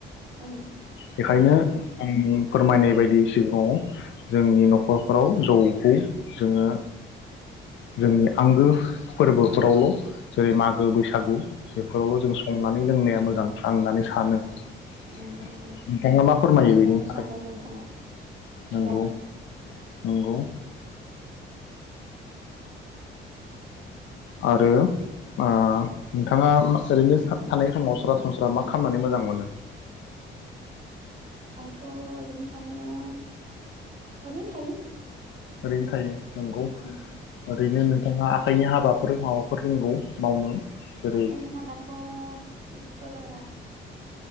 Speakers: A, on the right; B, on the left.
A: उम
B: बेखायनो
A: नंगौ
B: आंङो फोरमायनाय बायदि सिगांङाव जोंनि नखरफोराव जौखौ जोंङो जोंनि आंगो फोरबो फोरावल जेरै मागो बैसागु बेफोरावल जों संनानै लोंनाया मोजां। आं होनानै सानो
A: औ
B: नोंथाङा
A: उम नंगौ
B: मा फोरमायो
A: थिगानो
B: बेनि थाखाय
A: सानदों नोंथाङा थिगानो
B: नंगौ नंगौ आरो ओ नोंथाङा मा ओरैनो सा थानाय समाव सरासनस्रा मा खालामनानै मोजां मोनो?
A: आंथ ओरैनो थानायाव ओरैनो थायो।
B: ओरैनो थायो नंगौ
A: उम
B: ओरैनो
A: उम
B: नोंथाङा खायनि हाबाफोर माबाफोर रोंगौ मावनो जेरै
A: आखाइनि हाबाथ बिदिथ रोंङा।